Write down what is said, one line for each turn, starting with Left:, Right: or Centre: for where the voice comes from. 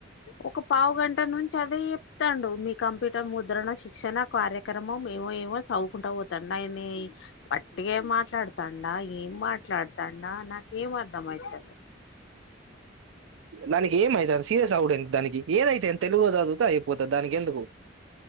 Left: ఒక పావు గంట నుంచి అదే చెప్తాండు మీకు కంప్యూటర్ ముద్రణ శిక్షణ కార్య అక్రమ మేమో ఏమో చదువుకుంటా పోతాండ్ నయని వట్టిగా మాట్లాడతాండా ఏం మాట్లాడుతాండా నాకేం అర్ధమవుతది
Right: దానికి ఏమయితంది సీరియస్ అవ్వుడేందుకు దానికి ఏదైతే తెలుగు చదువుతే ఐ పోతది దానికి ఎందుకు